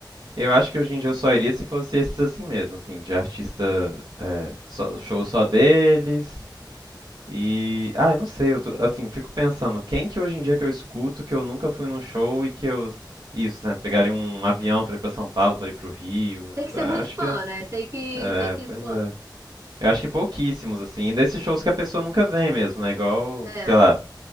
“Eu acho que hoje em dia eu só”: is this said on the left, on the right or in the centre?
Right